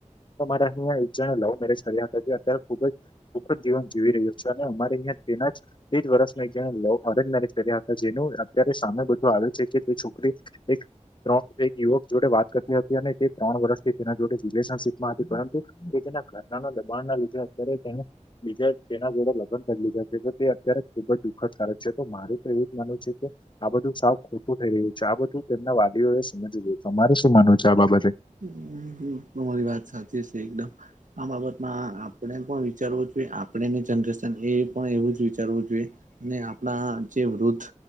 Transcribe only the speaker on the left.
તો મારે અહિયાં એક જણાએ લવ મેરેજ કર્યા હતા તે અત્યારે ખુબ જ સુખદ જીવન જીવી રહ્યો છે, અને અમારે અહીંયાં તેના જ <unintelligible> વર્ષ એક લવ અરેન્જ મેરેજ કર્યા હતા જેનું અત્યારે સામે બધું આવે છે કે તે છોક કરી એક ત્રણ એક યુવક જોડે વાત કરતી હતી, અને તે ત્રણ વર્ષથી તેના જોડે રિલેશનશીપમાં હતી, પરંતુ એ તેના ઘરના ન દબાણ ના લીધે અત્યારે એક એને બીજા તેના જોડે લગન કરી લીધા છે, તો તે અત્યારે ખુબ જ દુઃખદ કારક છે. તો મારું તો એવું જ માનવું છે કે આ બધું સાવ ખોટું થઈ રહ્યું છે, આ બધું તેમના વાલીઓએ સમજવું જોઈ. તમારે શું માનવું છે આ બાબતે?